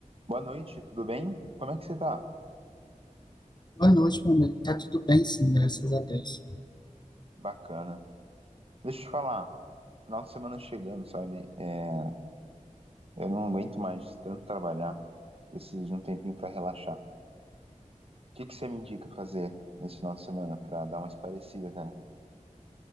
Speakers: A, on the right; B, on the left.
A: Boa noite, tudo bem? Como é que você tá?
B: Boa noite, meu amigo. Tá tudo bem, sim, graças a Deus.
A: Bacana. Deixa eu te falar, final de semana chegando, sabe? É, eu não aguento mais tanto trabalhar, preciso de um tempinho pra relaxar. O que que você me indica fazer nesse final de semana pra dar uma espairecida, cara?